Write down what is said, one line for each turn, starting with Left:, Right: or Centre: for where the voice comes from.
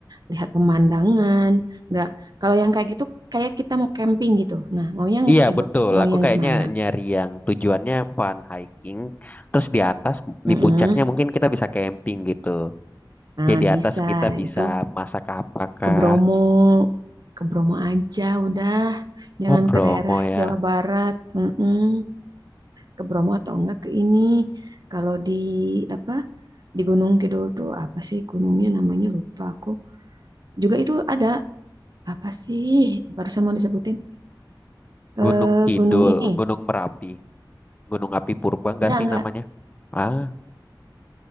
Right: lihat pemandangan. nggak kalau yang kayak gitu kayak kita mau camping gitu. Nah, mau yang
Left: Iya
Right: kiba-
Left: betul,
Right: mau
Left: aku
Right: yang
Left: kayaknya
Right: gimana?
Left: nyari yang tujuannya fun hiking, terus di atas
Right: Heeh.
Left: di puncaknya mungkin kita bisa camping gitu.
Right: Nah,
Left: Jadi di
Right: bisa
Left: atas kita
Right: Nah,
Left: bisa
Right: itu
Left: masak apakah?
Right: ke Bromo. Ke Bromo aja udah. Jangan
Left: Oh Bromo
Right: ke daerah
Left: ya,
Right: Jawa Barat. Heeh. ke Bromo atau enggak ke ini. Kalau di apa di Gunung Kidul tuh apa sih gunungnya namanya lupa aku. Juga itu ada apa sih barusan mau disebutin
Left: Gunung
Right: eh
Left: Kidul,
Right: gunung ini.
Left: Gunung Merapi. Gunung Api Purba enggak
Right: Enggak,
Left: sih
Right: enggak.
Left: namanya? Ah,